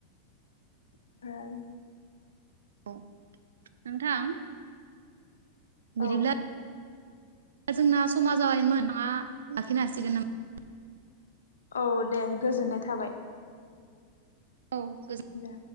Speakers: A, on the left (about 65°); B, on the right (about 65°).
A: ओमफ्राय
B: औ नोंथां बिदिब्ला
A: औ
B: जोंना समा जाबायमोन नोंथाङा लाखिनो हासिगोन नामा?
A: औ दे गोजोननाय थाबाय।
B: औ गोजोन
A: दे